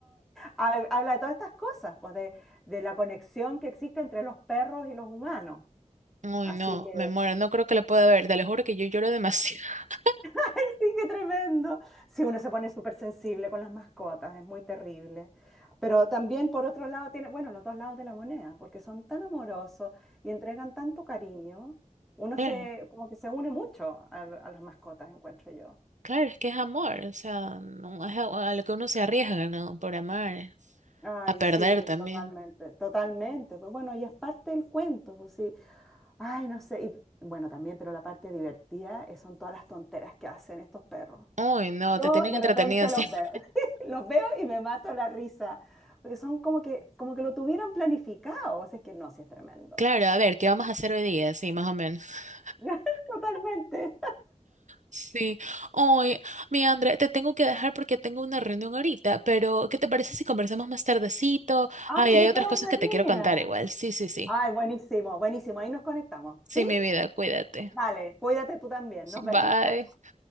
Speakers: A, in the centre; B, on the right (about 65°).
A: Ha- Habla de todas estas cosas, pues de, de la conexión que existe entre los perros y los humanos.
B: Uy,
A: Así
B: no,
A: que,
B: me muero, no creo que le pueda ver, te lo juro que yo lloro demasiado. <laughs>
A: <laughs> sí, qué tremendo. Si uno se pone súper sensible con las mascotas, es muy terrible. Pero también, por otro lado, tiene, bueno, los dos lados de la moneda, porque son tan amorosos y entregan tanto cariño. Uno
B: Claro,
A: se, como que se une mucho a, a las mascotas, encuentro yo.
B: claro, es que es amor, o sea, no, es a, a lo que uno se arriesga, ¿no? Por amar,
A: Ay,
B: a perder
A: sí,
B: también.
A: totalmente, totalmente. Pues bueno, y es parte del cuento, pues sí. Ay, no sé. Y, bueno, también, pero la parte divertida eh, son todas las tonteras que hacen estos perros.
B: Uy, no,
A: Yo
B: te tienen
A: de
B: entretenido
A: repente
B: siempre.
A: los veo, <laughs>
B: <laughs>
A: los veo y me mato la risa, porque son como que, como que lo tuvieran planificado, o sea, es que no, sí es tremendo.
B: Claro, a ver, ¿qué vamos a hacer hoy día? Sí, más o menos. <laughs>
A: <laughs> Totalmente.
B: Sí. Uy, mi André, te tengo que dejar porque tengo una reunión ahorita, pero ¿qué te parece si conversamos más tardecito?
A: Ay,
B: Ay, hay
A: de
B: otras
A: todas
B: cosas
A: maneras.
B: que te quiero contar igual. Sí, sí, sí.
A: Ay, buenísimo, buenísimo, ahí nos conectamos,
B: Sí,
A: ¿sí?
B: mi vida, cuídate.
A: Dale, cuídate tú también, nos
B: <laughs> Bye.
A: vemos. Chao,